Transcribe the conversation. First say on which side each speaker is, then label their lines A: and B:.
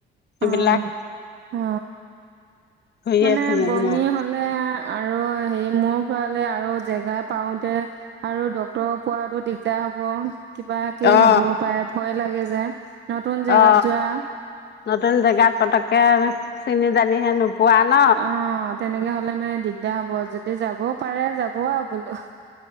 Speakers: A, on the right (about 65°); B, on the left (about 55°).
A: অ
B: এইবিলাক
A: অ
B: ঘূৰিয়ে
A: মানে
B: ফুৰো
A: বমি
B: মই
A: হলে আৰু হেৰি মোৰ খোৱালে আৰু জেগা পাওতে আৰু ডক্তৰ পোৱাটো যা হ'ব কিবাকে
B: অ
A: হবও পাৰে ভয় লাগে যে। নতুন জেগাত
B: অ
A: যোৱা
B: নতুন জেগাত পতককে। চিনি জানিহে নোপোৱা ন
A: অ তেনেকে হলে মানে দিগদাৰ হ'ব। যদি যাবও পাৰে যাব আৰু বোলো।